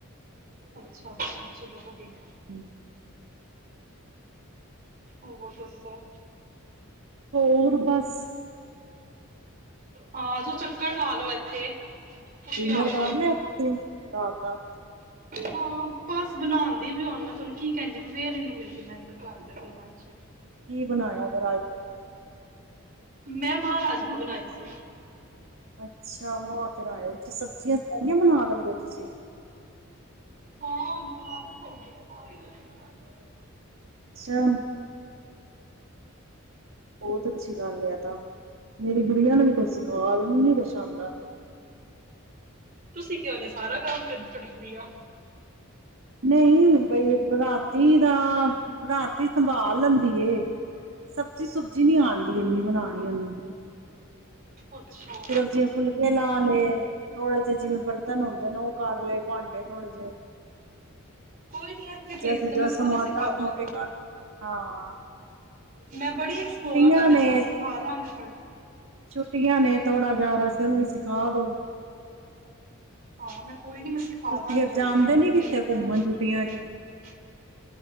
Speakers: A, on the right; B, on the right.
A: ਅੱਛਾ <unintelligible>
B: ਹੂੰ।
A: ਹੋਰ ਦੱਸੋ।
B: ਹੋਰ ਬਸ
A: ਹਾਂ ਆਜੋ ਚੱਕਰ ਲਾ ਲੋ ਇੱਥੇ। ਤੁਸੀਂ
B: ਡਿਨਰ
A: ਆ
B: ਕਰ
A: ਜਾਓ
B: ਲਿਆ <unintelligible> ਰਾਤ ਦਾ।
A: ਹਾਂ, ਬਸ ਬਣਾਉਦੀ ਪਈ ਹੁਣ ਮੈਂ ਤੁਹਾਨੂੰ ਕੀ ਕਹਿੰਦੀ ਪਈ ਬੇਲ ਹੀ ਨਹੀਂ ਮਿਲਦੀ ਮੈਨੂੰ ਘਰ <unintelligible> ਅੱਛਾ।
B: ਕੀ ਬਣਾਇਆ ਫਿਰ ਅੱਜ
A: ਮੈਂ ਮਾਹ ਰਾਜਮ ਬਣਾਏ ਸੀ।
B: ਅੱਛਾ <unintelligible> ਸਬਜ਼ੀਆਂ ਬੜੀਆਂ ਬਣਾ ਲੈਂਦੇ ਹੋ ਤੁਸੀਂ।
A: ਹਾਂ <inaudible> <inaudible>
B: ਅੱਛਾ। ਬਹੁਤ ਅੱਛੀ ਗੱਲ ਆ ਤਾਂ। ਮੇਰੀ ਗੁੜੀਆਂ ਨੂੰ ਵੀ ਕੁਝ ਸਿਖਾ ਉਹਨੂੰ ਨੀ ਕੁਛ ਆਂਦਾ।
A: ਤੁਸੀਂ ਕਿਉਂ ਐਨਾ ਸਾਰਾ ਕੰਮ ਕਰਦੇ ਤੁਹਾਡੀ ਕੁੜੀਆਂ
B: ਨਹੀਂ ਬਈ ਰਾਤੀ ਦਾ ਰਾਤੀ ਸੰਭਾਲ ਲੈਂਦੀ ਏ ਸਬਜ਼ੀ ਸੁਬਜੀ ਨਹੀਂ ਆਂਦੀ ਇਨੀ ਬਣਾਉਣੀ ਉਹਨੂੰ।
A: ਅੱਛਾ
B: ਫਿਰ <unintelligible> ਲਾ ਲੇ। ਥੋੜੇ ਜਿਹੇ ਜਿਵੇਂ ਬਰਤਨ ਹੁੰਦੇ ਨੇ ਉਹ ਕਰਲੇ ਭਾਂਡੇ ਧੋਲੇ ਜਿਵੇਂ।
A: ਕੋਈ ਨੀ ਇੱਥੇ ਭੇਜ
B: ਚੂਜਾ
A: ਦਿ ਮੈਂ ਸਾਰਾ
B: ਸਮਾਟਾ
A: ਸਿਖਾਦਾਂਗੀ
B: ਮੋਟੇ ਕਰ ਹਾਂ
A: ਮੈਂ ਬੜੀ ਐਕਸਪਰਟ
B: ਛੁੱਟੀਆਂ
A: ਆ
B: ਨੇ
A: ਮੈਨੂੰ ਸਿਖਾਦਾਂਗੀ।
B: ਛੁੱਟੀਆਂ ਨੇ ਥੋੜਾ ਜਾ ਵੈਸੇ ਉਹਨੂੰ ਵੀ ਸਿਖਾ ਦੋ।
A: ਹਾਂ, ਮੈਂ ਕੋਈ ਨੀ ਮੈਂ ਸਿਖਾਦਾਂਗੀ
B: ਤੁਸੀਂ ਫਿਰ
A: ਤੁਹਾਡੀ
B: ਜਾਂਦੇ
A: ਕੁੜੀਆਂ ਨੂੰ
B: ਨੀ ਕਿੱਥੇ
A: <unintelligible>
B: ਘੁੰਮਣ ਛੁੱਟੀਆਂ ਚ